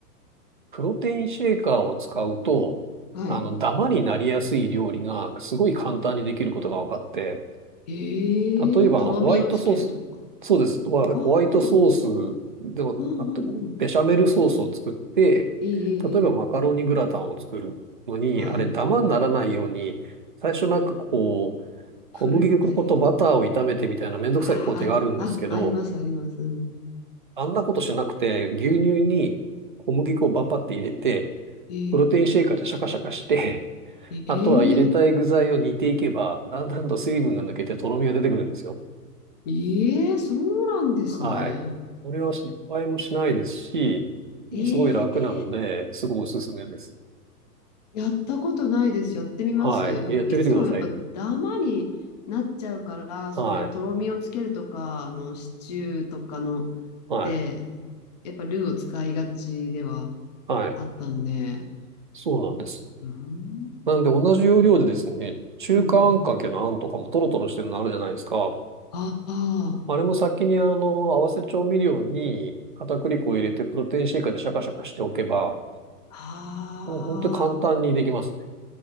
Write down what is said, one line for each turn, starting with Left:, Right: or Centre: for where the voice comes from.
Right: プロテインシェーカーを使うと、
Left: はい。
Right: あの、ダマになりやすい料理がすごい簡単にできることが分かって、
Left: ええ、
Right: 例えばあのホワイトソース、
Left: とろみをつけるとか。
Right: そうです、ホワホワイトソースではなくて、
Left: ああ、うんうんうん。
Right: ベシャメルソースを作って、
Left: いいいいいい。
Right: 例えばマカロニグラタンを作るのに、
Left: はい。
Right: あれダマにならないように、最初なんかこう、小麦粉とバターを炒めてみたいなめんどくさい工程があるんですけど、
Left: ふるったりあーあ、あ、あります、あります。うん、
Right: あんなことしなくて、牛乳に小麦粉をバパって入れて、
Left: ええ
Right: プロテインシェイカーでシャカシャカして、
Left: ええ
Right: あとは入れたい具材を煮ていけば、だんだんと水分が抜けてとろみが出てくるんですよ。
Left: ええそうなんですね。
Right: はい。これは失敗もしないですし、
Left: ええ
Right: すごい楽なので、すごいおすすめです。
Left: やったことないです。やってみます。
Right: はい。
Left: なんかいつもやっぱダマになっちゃうから、
Right: やってみてください。はい。
Left: そういうとろみをつけるとか、あのシチューとかの
Right: はい。
Left: で、やっぱルーを使いがちでは
Right: はい。
Left: あったんで。
Right: そうなんです。
Left: うん、
Right: なんで同じ要領でですね、中華あんかけのあんとかもトロトロしてるのあるじゃないですか。
Left: うん、うん。ああ、
Right: あれも先にあの、合わせ調味料に片栗粉を入れてプロテインシェイカーでシャカシャカしておけば、
Left: ああ。
Right: もう本当に簡単にできますね。